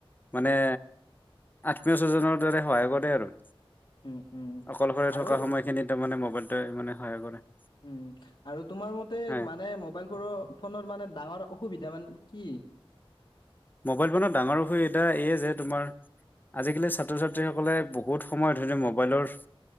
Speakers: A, on the left (about 20°); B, on the left (about 50°).
A: মানে আত্মীয় স্বজনৰ দৰে সহায় কৰে আৰু।
B: উম উম
A: অকলশৰে
B: আৰু
A: থকা সময়খিনিত তাৰ মানে মোবাইলটোৱে মানে সহায় কৰে।
B: উম আৰু তোমাৰ মতে
A: হয়।
B: মানে মোবাইল ফ ফোনৰ মানে ডাঙৰ অসুবিধা মানে কি।
A: মোবাইল ফোনত ডাঙৰ অসুবিধা এইয়ে যে তোমাৰ আজিকালি ছাত্ৰ ছাত্ৰীসকলে বহুত সময়ত ধৰিও মোবাইলৰ